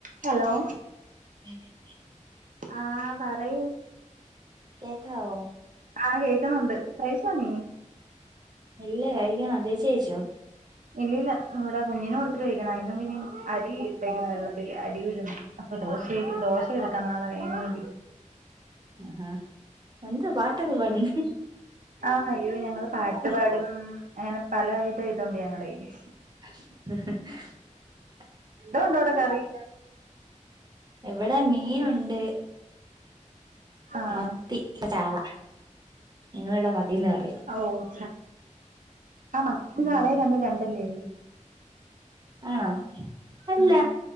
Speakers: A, on the right; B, on the right.
A: Hello
B: <inaudible>
A: ആഹ് പറയു
B: കേക്കാവോ
A: ആഹ് കേക്കുന്നുണ്ട് പ്രൈസ്പർനീനി
B: ഇല്ല കഴിക്കണം ചേച്ചി കഴിച്ചോ
A: ഇല്ല ഇല്ല നമ്മുടെ കുഞ്ഞിനെ കൊടത്തി് വിക്കണായിരുന്നു പിന്നെ അരി ഇട്ടേക്ക വെള്ളത്തി അരി ഉഴ് അപ്പൊ ദോശ ദോശ എടുക്കാൻ നാളെ അയിന് വേണ്ടി
B: ആഹാ എന്താ പാട്ടൊക്കെ പാടുന്നെ
A: ആ അയ്യോ ഞങ്ങള് പാട് ഇഷ്ടപാടും അങ്ങനെ പലവിധ ഇതുണ്ട് ഞങ്ങളുടെ യില്
B: <unintelligible>
A: എന്തൊണ്ടോവിടെ കറി
B: എവിടെ മീനുണ്ട്
A: ആഹ്
B: മത്തി പ്പ ചാള നിങ്ങളിട മത്തിന്ന് പറയും
A: ഓ ആ ച അ മത്തി യും ചാളയും
B: ഉം
A: രണ്ടും രണ്ടല്ലേ
B: ആണോ? അല്ല
A: ഉം